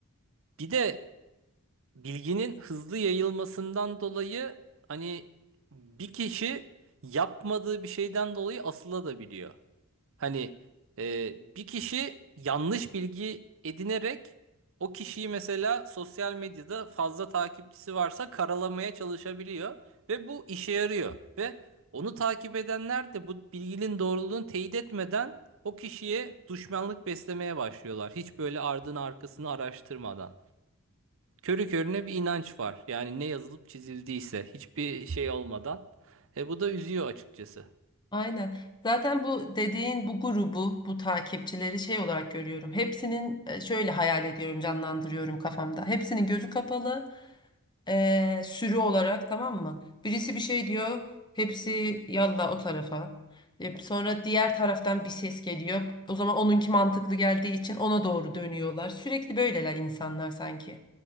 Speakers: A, on the right; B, on the left.
A: Bir de bilginin hızlı yayılmasından dolayı hani bir kişi yapmadığı bir şeyden dolayı asılabiliyor. Hani e, bir kişi yanlış bilgi edinerek o kişiyi mesela sosyal medyada fazla takipçisi varsa karalamaya çalışabiliyor ve bu işe yarıyor ve onu takip edenler de bu bilginin doğruluğunu teyit etmeden o kişiye düşmanlık beslemeye başlıyorlar. Hiç böyle ardını arkasını araştırmadan körü körüne bir inanç var. Yani ne yazılıp çizildiyse hiçbir şey olmadan. E bu da üzüyor açıkçası.
B: Aynen. Zaten bu dediğin bu grubu, bu takipçileri şey olarak görüyorum. Hepsinin e, şöyle hayal ediyorum, canlandırıyorum kafamda. Hepsinin gözü kapalı, e, sürü olarak tamam mı? Birisi bir şey diyor, hepsi yalla o tarafa. E, sonra diğer taraftan bir ses geliyor. O zaman onunki mantıklı geldiği için ona doğru dönüyorlar. Sürekli böyleler insanlar sanki.